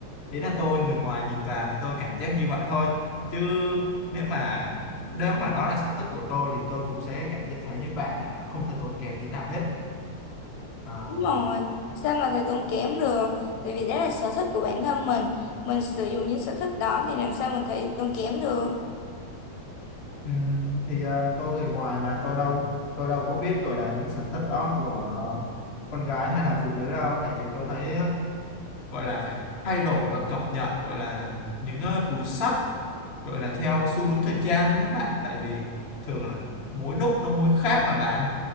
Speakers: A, on the left; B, on the left.
A: ý là tôi người ngoài nhìn vào thì tôi cảm giác như vậy thôi chứ nếu mà nếu mà đó là sở thích của tôi thì tôi cũng sẽ cảm giác thấy như bạn là không thể tốn kém tí nào hết À,
B: Đúng rồi, sao mà thầy tốn kém được? Tại vì đó là sở thích của bản thân mình, mình sử dụng những sở thích đó thì làm sao mình thấy tốn kém được?
A: Ừ, thì ờ, tôi người ngoài mà tôi đâu tôi đâu có biết gọi là những sở thích đó của con gái hay là phụ nữ đâu tại vì tôi thấy ờ, gọi là phải thay đổi và cập nhật gọi là những ờ, túi xách gọi là theo xu hướng thời trang luôn đó bạn tại vì thường là mỗi lúc nó mỗi khác mà bạn